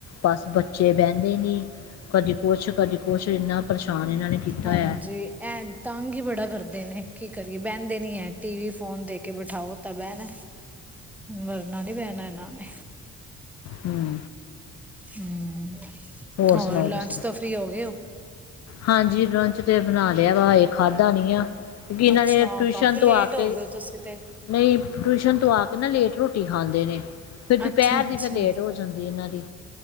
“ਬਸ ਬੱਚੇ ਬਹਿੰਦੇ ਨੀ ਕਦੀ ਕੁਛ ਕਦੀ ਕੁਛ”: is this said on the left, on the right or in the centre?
Left